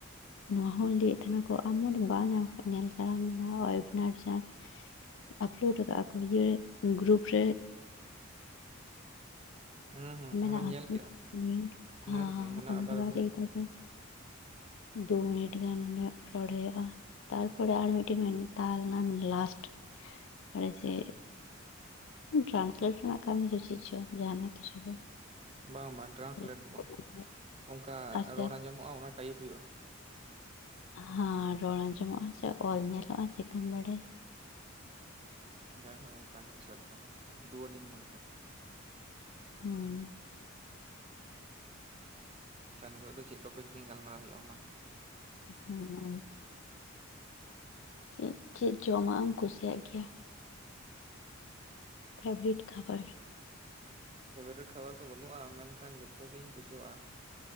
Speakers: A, on the left (about 60°); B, on the right (about 30°).
A: ᱱᱚᱣᱟ ᱦᱚᱸᱧ ᱞᱟᱹᱭᱮᱫ ᱛᱟᱦᱮᱱᱟ ᱠᱚ ᱟᱢ ᱢᱮ ᱵᱟ ᱧᱟᱢ ᱧᱮᱞ ᱠᱟ ᱚᱱᱟ ᱚᱭᱱᱟᱡᱟ᱾ ᱟᱯᱞᱳᱰ ᱟᱠᱟᱫᱟ ᱠᱚ ᱤᱭᱟᱹ ᱜᱨᱩᱯ ᱨᱮ
B: ᱻ <inaudible> ᱦᱮᱸ ᱦᱩᱸ
A: ᱢᱮᱱᱟᱜ
B: ᱚᱱᱟᱧ ᱧᱮᱞ
A: ᱟᱥᱮ
B: ᱠᱮᱜᱼᱟ᱾
A: ᱞᱤᱝᱠ
B: ᱧᱮᱞ
A: ᱟᱸ
B: ᱠᱮᱜᱟᱹᱧ ᱚᱱᱟ ᱟᱵᱟᱨ
A: ᱫᱚ ᱵᱟᱭ
B: ᱢᱟᱱᱮ
A: ᱞᱟᱹᱭ ᱫᱟ ᱡᱮ
B: ᱻ <inaudible>
A: ᱫᱩ ᱢᱤᱱᱤᱴ ᱜᱟᱱ ᱚᱸᱰᱮ ᱨᱚᱲᱚᱭᱚᱜᱼᱟ᱾ ᱛᱟᱨᱯᱚᱨᱮ ᱟᱨ ᱢᱤᱫᱴᱤᱱ ᱢᱮᱛᱟ ᱞᱮᱱᱟ ᱞᱟᱥᱴ ᱟᱨ ᱪᱮᱫ ᱴᱨᱟᱱᱥᱞᱮᱴ ᱨᱮᱱᱟᱜ ᱠᱟᱹᱢᱤ ᱪᱮᱫ ᱪᱚ ᱡᱟᱦᱱᱟᱜ ᱠᱤᱪᱷᱩ ᱜᱮ
B: ᱵᱟᱝ ᱵᱟᱝ ᱴᱨᱟᱱᱥᱞᱮᱴ
A: ᱛᱚ
B: ᱫᱚ
A: ᱟᱥᱛᱮ
B: ᱵᱟᱝ ᱚᱱᱠᱟ
A: ᱟᱥᱛᱮ
B: ᱨᱚᱲ ᱟᱸᱡᱚᱢᱚᱜᱼᱟ᱾ ᱚᱱᱟ ᱴᱟᱭᱤᱯ ᱦᱩᱭᱩᱜᱼᱟ᱾
A: ᱦᱚᱸ ᱨᱚᱲ ᱟᱸᱡᱚᱢᱚᱜᱼᱟ ᱥᱮ ᱚᱞ ᱧᱮᱞᱚᱜᱼᱟ ᱪᱤᱟᱹᱢ ᱵᱟᱰᱟᱭ
B: ᱡᱟᱭᱦᱳᱠ ᱚᱱᱠᱟ ᱠᱤᱪᱷᱩ ᱮᱠ ᱢᱟ ᱰᱩᱣᱟ ᱞᱤᱝ ᱢᱩ ᱞᱮ ᱞᱮᱠᱟᱷᱟ
A: ᱦᱩᱸ
B: ᱟᱪᱪᱷᱟ ᱱᱤᱛᱚᱜ ᱫᱚ ᱪᱮᱫ ᱴᱚᱯᱤᱠ ᱱ ᱜᱟᱞᱢᱟᱨᱟᱣ ᱦᱩᱭᱩᱜ ᱟ ᱢᱟ?
A: ᱦᱮᱸ ᱪᱮᱫ ᱪᱮᱫ ᱡᱚᱢᱟᱜ ᱮᱢ ᱠᱩᱥᱤᱭᱟᱜ ᱜᱮᱭᱟ? ᱯᱷᱮᱵᱨᱤᱴ ᱠᱷᱟᱵᱟᱨ?
B: ᱯᱷᱮᱵᱟᱨᱤᱴ ᱠᱷᱟᱵᱟᱨ ᱫᱚ ᱵᱟᱹᱱᱩᱜᱼᱟ᱾ ᱢᱮᱱᱠᱷᱟᱱ ᱡᱚᱛᱚ ᱜᱤᱧ ᱠᱩᱥᱤᱭᱟᱜᱼᱟ᱾